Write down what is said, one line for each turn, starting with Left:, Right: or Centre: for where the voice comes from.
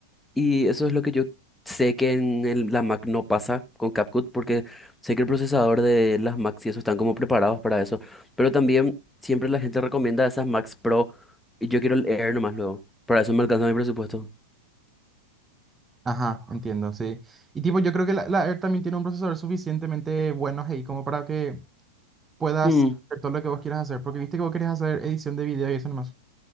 Centre: Y eso es lo que yo sé que en el- la Mac no pasa con CapCut, porque sé que el procesador de las Macs y eso están como preparados para eso. Pero también siempre la gente recomienda esas Macs Pro y yo quiero el Air nomás luego. Para eso me alcanza mi presupuesto.
Right: ajá, entiendo, sí. Y tipo, yo creo que la, la Air también tiene un procesador suficientemente bueno ahí como para que puedas
Centre: Mm,
Right: hacer todo lo que vos quieras hacer, porque viste que vos querés hacer edición de video y eso nomás.